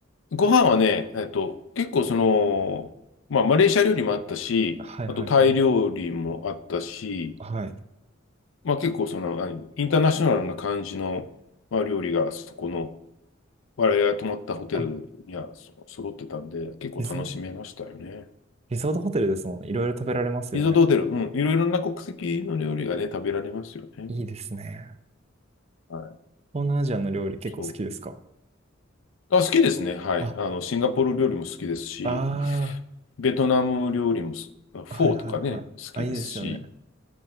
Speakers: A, on the left; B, on the right.
A: ご飯はね、えっと、結構その、まあ、マレーシア料理もあったし、
B: はいはいはい。
A: あとタイ料理もあったし、
B: はい。
A: まあ、結構その、何インターナショナルな感じの、まあ、料理がそこの、我々が泊まったホテルにはそ揃ってたんで、
B: あ、
A: 結構楽しめましたよね。
B: リゾ、リゾートホテルですもんね。いろいろ食べられますよね。
A: リゾートホテル、うん、いろいろな国籍の料理がね、食べられますよね。
B: いいですね。
A: はい。
B: 東南アジアの料理結構好きですか
A: そう。あ、好きですね。はい。
B: あ、
A: あの、シンガポール料理も好きですし、
B: あ
A: ベトナム料理もす、フォーとかね、
B: あ、はいはいはい。
A: 好きですし、
B: あ、いいですよね。